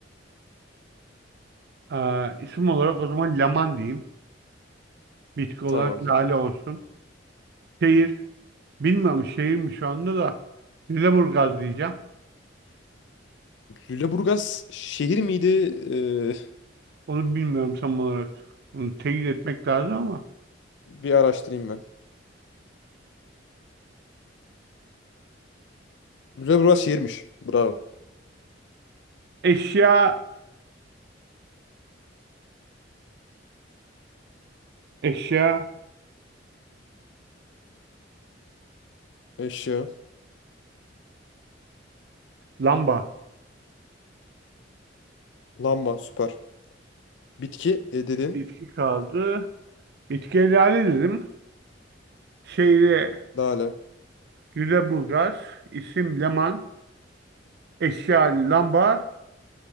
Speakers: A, on the right; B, on the left.
A: Aa, isim olarak o zaman laman diyeyim. Bitki olarak
B: Tamam.
A: lale olsun. Şehir. Bilmiyorum şehir mi şu anda da. Lüleburgaz diyeceğim.
B: Lüleburgaz şehir miydi? Ee,
A: Onu bilmiyorum tam olarak. Onu teyit etmek lazım ama.
B: bir araştırayım ben. Lüleburgaz şehirmiş. Bravo.
A: Eşya Eşya,
B: Eşya.
A: lamba,
B: Lamba. Süper. Bitki e, dedin.
A: bitki kaldı. Bitkileri dedim. Şehri
B: Lale.
A: Lüleburgaz, isim Leman, eşya lamba.